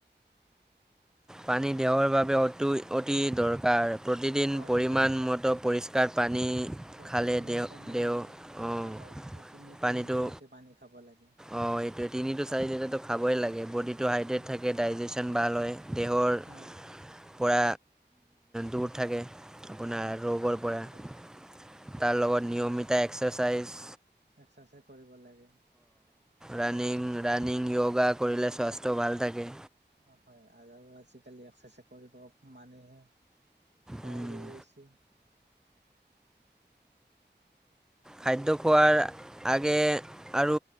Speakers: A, in the centre; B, on the right (about 75°).
A: পানী দেহৰ বাবে অতোই অতি দৰকাৰ, প্ৰতিদিন
B: হয়
A: পৰিমাণ
B: দৰকাৰ
A: মত পৰিষ কাৰ পানী
B: প্ৰতিদিনে
A: খালে দেহ
B: কমেও,
A: দেহ অঁ
B: অ হয় প্ৰতিদিনে
A: পানীটো
B: তিনি লিটাৰকে পানী খাব লাগে।
A: অঁ এইটোৱে তিনি টো চাৰি লিটাৰটো খাবই লাগে বডিটো হাইড্ৰেট
B: উম
A: থাকে, ডাইজেচন ভাল
B: উম
A: হয় দেহৰ
B: উম।
A: পৰা দূৰ থাকে আপোনাৰ
B: হয়
A: ৰৌগৰ পৰা।
B: খাব লাগে
A: তাৰ লগত নিয়মিয়া এক্সাৰচাইজ।
B: এক্সাৰচাইজ কৰিব লাগে।
A: ৰাণিং
B: আমি
A: ৰাণিং ইয়োগা কৰিলে স্বাস্থ্য ভাল থাকে।
B: অ হয় আৰু আৰু আজিকালি এক্সাৰচাইজ কৰিব মানেহে। পাহৰিয়ে
A: উম,
B: গৈছে।
A: খাদ্য খোৱাৰ আগে আৰু